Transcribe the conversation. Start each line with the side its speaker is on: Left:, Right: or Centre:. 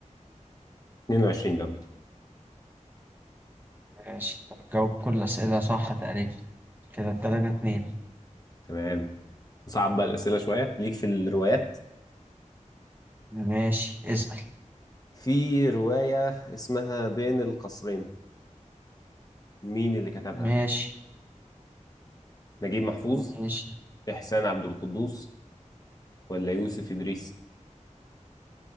Left: 22 دبل
Right: ماشي طب جاوب كل الأسئلة صح تقريبا كده التلاتة اتنين
Left: تمام نصعب بقى الأسئلة شوية ليك في الروايات
Right: ماشي اسأل
Left: في رواية اسمها بين القصرين مين اللي كتبها؟
Right: ماشي
Left: نجيب محفوظ
Right: ماشي
Left: إحسان عبد القدوس ولا يوسف إدريس